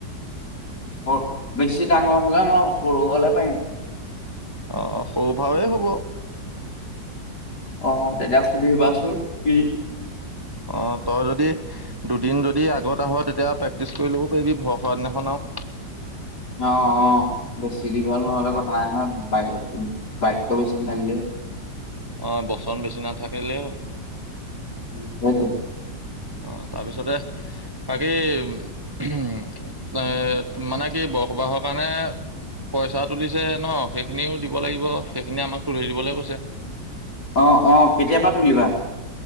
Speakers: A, on the left (about 60°); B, on the right (about 35°).
A: বৰ বেছি ডাঙৰ হ'লে নোৱাৰোঁ, সৰু হ'লে পাৰিম।
B: আহ সৌভাৱেই হ'ব।
A: অ, তেতিয়া সুধিবাচোন কি?
B: অ তই যদি দুদিন যদি আগতে আহ তেতিয়া প্ৰেক্টিচ কৰি ল'ব পাৰিবি ভৰসা দিনাখন আৰু।
A: অ, অ বেছি দীঘল নহ'লেও কথা নাই বা বাক্য বেছি নাথাকিলেও
B: অ, বচন বেছি নাথাকিলেই হ'ল।
A: উ সেইটো।
B: অ, তাৰ পিছতে বাকী এ মানে কি বৰ সবাহৰ কাৰণে পইচা তুলিছে ন, সেইখিনিও দিব লাগিব, সেইখিনি আমাক তুলি দিবলৈ কৈছে।
A: আহ অ কেতিয় পৰাা তুলিবা।